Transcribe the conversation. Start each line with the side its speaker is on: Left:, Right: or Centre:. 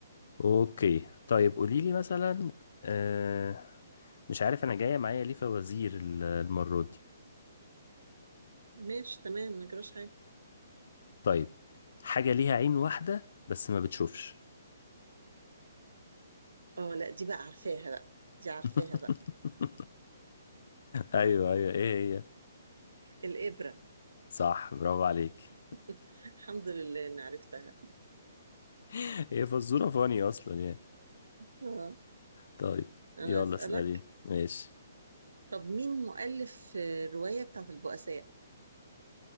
Left: اوكي طيب قولي لي مثلا آه... مش عارف انا جايه معايا ليه فوازير ال- المره دي
Right: ماشي تمام ما جراش حاجة
Left: طيب حاجه ليها عين واحده بس ما بتشوفش
Right: اه لا دي بقى عارفاها بقى دي عارفاها
Left: <laughs>
Right: بقى
Left: ايوه ايوه ايه هي
Right: الإبرة
Left: صح برافو عليك
Right: <laughs> الحمد لله إني عرفتها
Left: <laughs> هي فزوره فاني اصلا يعني
Right: اه
Left: طيب
Right: أنا
Left: يلا
Right: أسألك
Left: اسألين ماشي
Right: طب مين مؤلف الرواية بتاعت البؤساء؟